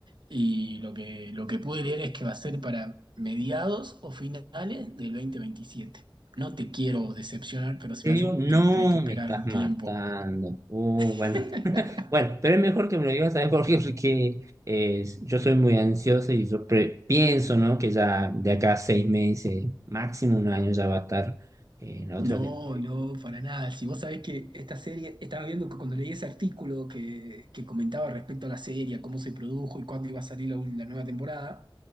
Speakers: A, on the right; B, on the right.
A: Y lo que, lo que pude leer es que va a ser para mediados o finales del 2027. No te quiero decepcionar, pero
B: En
A: se me
B: serio,
A: hace
B: no
A: que como tenés que esperar
B: me estás
A: un
B: matando.
A: tiempo.
B: Uh,
A: <laughs>
B: bueno, bueno, pero es mejor que me lo digas, ¿sabes por qué? <laughs> Porque eh, yo soy muy ansioso y yo pre- pienso, ¿no? Que ya de acá a seis meses, máximo un año, ya va a estar eh, la otra
A: No,
B: temporada.
A: no, para nada. Si vos sabés que esta serie, estaba viendo que cuando leí ese artículo que, que comentaba respecto a la serie, a cómo se produjo y cuándo iba a salir la, la nueva temporada,